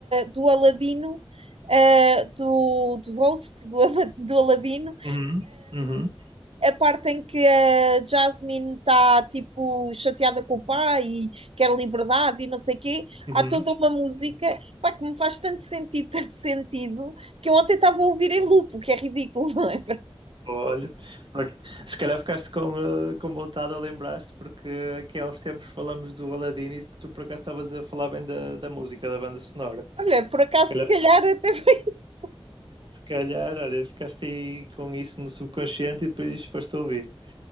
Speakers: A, on the right; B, on the right.
A: do Aladino, uh, do, do host do, Ala- do Aladino,
B: Uhum. Uhum.
A: a parte em que a Jasmine está tipo chateada com o pai e quer liberdade e não sei o quê,
B: Uhum.
A: há toda
B: Uhum.
A: uma música
B: Sim.
A: pá, que me faz tanto sentido, <laughs> tanto sentido, que eu ontem estava a ouvir em loop, o que é ridículo, <laughs> não é?
B: Olha, por- se calhar ficaste com, eh, com vontade a lembrar-te, porque aqui há uns tempos falamos do Aladdin e tu por acaso estavas a falar bem da, da música, da banda sonora.
A: Olha, por acaso,
B: Se calhar,
A: se calhar até foi <laughs> isso.
B: se calhar, olha, ficaste aí com isso no subconsciente e depois foste ouvir.